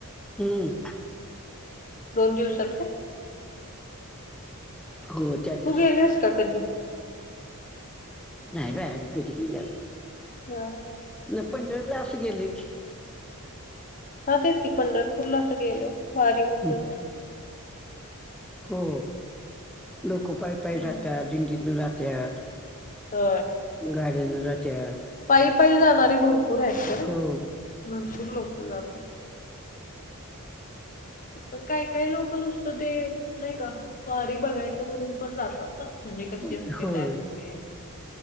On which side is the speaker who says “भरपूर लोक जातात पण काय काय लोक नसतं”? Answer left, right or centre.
Left